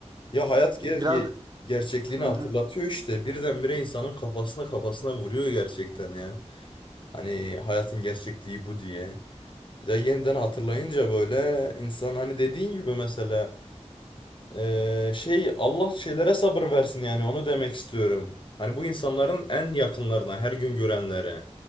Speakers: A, on the left (about 45°); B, on the right (about 35°).
A: ya hayat ger
B: biraz
A: ye- gerçekliğini
B: Hı hı.
A: hatırlatıyor işte. Birdenbire insanın kafasına kafasına vuruyor gerçekten ya. Hani hayatın gerçekliği bu diye. Bir de yeniden hatırlayınca böyle insan hani dediğin gibi mesela Ee, şey Allah şeylere sabır versin yani onu demek istiyorum. Hani bu insanların en yakınlarına, her gün görenlere.